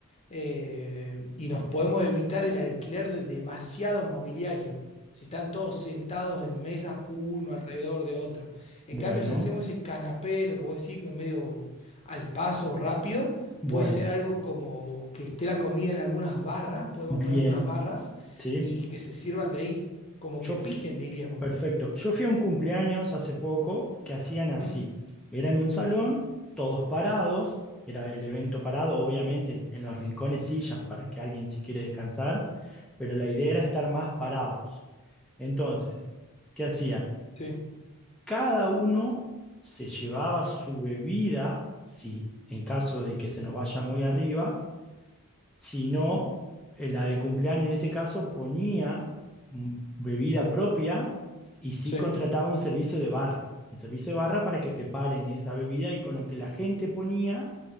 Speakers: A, on the left (about 30°); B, in the centre.
A: eh, y nos podemos evitar el alquiler de demasiado mobiliario. Si están todos sentados en mesas, uno alrededor de otro. En
B: bueno,
A: cambio, si hacemos ese canapé, lo que vos decís, que es medio al paso o rápido,
B: bueno,
A: puede ser algo como que esté la comida en algunas barras, podemos
B: bien,
A: poner algunas barras
B: sí.
A: y que se sirvan de ahí, como
B: Yo
A: que piquen, diríamos.
B: Perfecto. Yo fui a un cumpleaños hace poco que hacían así.
A: Mm,
B: Era en un salón, todos parados, era el evento parado, obviamente, en, en los rincones sillas para que alguien si quiere descansar, pero la idea era estar más parados. Entonces, ¿qué hacían?
A: Sí,
B: Cada uno se llevaba su bebida, si en caso de que se nos vaya muy arriba, sino eh, la del cumpleaños en este caso ponía mm, bebida propia y sí
A: sí.
B: contrataba un servicio de barra, un servicio de barra para que preparen esa bebida y con lo que la gente ponía